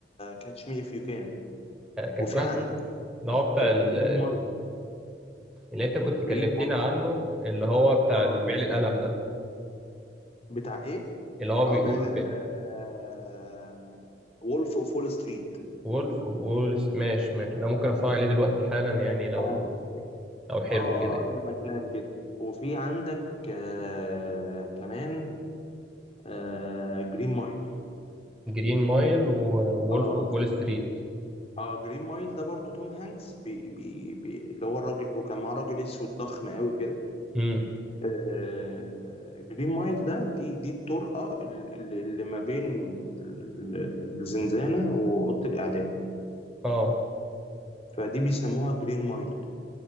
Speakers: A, on the left; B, in the centre.
A: كاتش مي اف يو كان
B: آه، كان
A: وفي
B: في واحد
A: عندك
B: اللي هو بتاع
A: جرين
B: ال-
A: مايل
B: اللي انت كنت كلمتني
A: جرين مايل
B: عنه اللي هو بتاع
A: اه
B: اللي بيعلي القلم ده
A: بتاع ايه
B: اللي هو بيقول
A: اه بقى
B: ب-
A: آه وولف اوف وول ستريت
B: وولف اوف وول س- ماشي ماشي ده ممكن اتفرج عليه دلوقتي حالا يعني لو
A: اه
B: لو حلو
A: اه
B: كده
A: اه قبل ما تنام كده وفي عندك آه كمان آه جرين مايل
B: جرين مايل وولف
A: اه
B: اوف وول ستريت
A: اه جرين مايل ده برضو توم هانكس بي بي بي اللي هو الراجل وكان معاه راجل اسود ضخم قوي كده
B: امم
A: آه جرين مايل ده دي دي الطرقه اللي اللي ما بين ال- ال- الزنزانه واوضه الاعدام
B: اه
A: فدي بيسموها جرين مايل